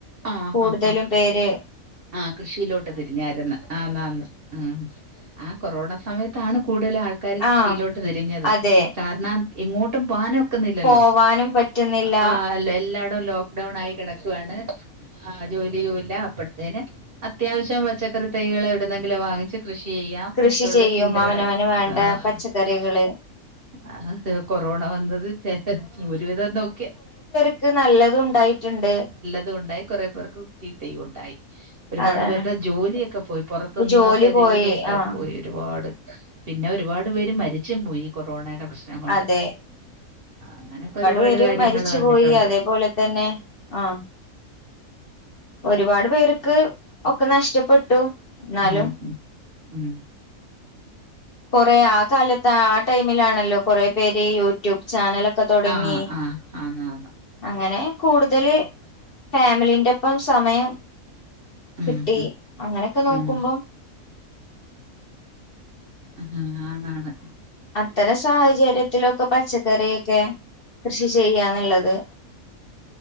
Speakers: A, on the right (about 45°); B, on the left (about 45°).
A: ആഹ്
B: കൂടുതലും
A: ആഹ്
B: പേര്.
A: ആഹ് കൃഷിയിലോട്ട് തിരിഞ്ഞര്ന്ന് ആന്ന് ആന്ന് ഉം. ആ കൊറോണ സമയത്താണ് കൂടുതലും ആൾക്കാര് കൃഷിയിലോട്ട്
B: ആഹ്
A: തിരിഞ്ഞത്.
B: അതെ
A: കാരണം കൻ എങ്ങോട്ടും പോകാനുഒക്കെ. ക്കുന്നില്ലല്ലോ
B: പോവാനും പറ്റുന്നില്ല
A: ആ എല്ലായിടോം ലോക്ക്ഡൗൺ ആയി കിടക്കുവാണ്. ആഹ് ജോലിയൂല്ല അപ്പഴത്തേന് അത്യാവശ്യം പച്ചക്കറി തൈകൾ എവിടുന്നെങ്കിലോ വാങ്ങിച്ച്. കൃഷി ചെയ്യാം
B: കൃഷി
A: ന്നൊക്കെയുള്ള
B: ചെയ്യും
A: ചിന്തകള്
B: അവനവന് വേണ്ട
A: ആഹ്
B: പച്ചക്കറികള്
A: ആ കൊറോണ വന്നത് ചേ ഒരുവിധം നോക്കിയ
B: ക്ക് നല്ലതുംണ്ടായിട്ടുണ്ട്.
A: അതുണ്ടായി കൊറേ പേർക്ക്. ചീത്തയും ഉണ്ടായി ഒരുപാട്
B: അതാണ്
A: പേരുടെ ജോലിയൊക്കെ പോയി. പുറത്ത്
B: ഇപ്പൊ
A: നിന്നവരുടെ
B: ജോലി പോയി
A: ജോലിയൊക്കെ
B: ആഹ്
A: പോയി. ഒരുപാട് പിന്നെ ഒരുപാട് പേര് മരിച്ചും പോയി. കൊറോണയുടെ പ്രശ്നം കൊണ്ട്.
B: അതെ
A: അങ്ങനെയൊക്കെ ഒരുപാട്
B: പേര്
A: കാര്യങ്ങൾ
B: മരിച്ചു
A: കണ്ടിട്ടുണ്ട്.
B: പോയി അതേപോലെ തന്നെ ആഹ് ഒരുപാട് പേർക്ക് ഒക്കെ നഷ്ടപ്പെട്ടു. എന്നാലും
A: മ്മ്ഹ് മ്മ്ഹ്
B: കൊറേ ആ കാലത്ത് ആ ടൈമിലാണല്ലോ. കൊറേ പേര് യൂട്യൂബ് ചാനലൊക്കെ ഒക്കെ തുടങ്ങി.
A: ആഹ് ആഹ് ആന്ന് ആന്ന്
B: അങ്ങനെ കൂടുതല് ഫാമിലിന്റൊപ്പം സമയം.
A: ഉം
B: കിട്ടി
A: ഉം
B: അങ്ങനെയൊക്കെ നോക്കുമ്പോ.
A: ഉം അഹ് ആണാണ്.
B: അത്തരം സാഹചര്യത്തിലൊക്കെ പച്ചക്കറിയൊക്കെ കൃഷി ചെയ്യാന്ന്ള്ളത്.